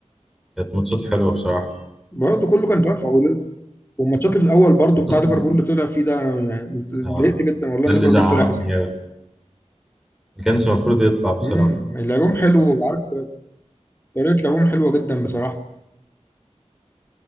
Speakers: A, in the centre; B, on the left.
A: كانت ماتشات حلوة بصراحة
B: برضه كله كان تحفه وال- والماتشات اللي في الاول برضه بتاع
A: بس
B: ليفربول اللي طلع فيه ده أنا يعني اتضايقت
A: آه،
B: جدا والله
A: ده
B: ان
A: اللي
B: ليفربول
A: زعلني
B: طلع اصلا
A: أوي. ما كانش المفروض يطلع بصراحة
B: امم لعبهم حلو وعارف طريقه لعبهم حلوه جدا بصراحه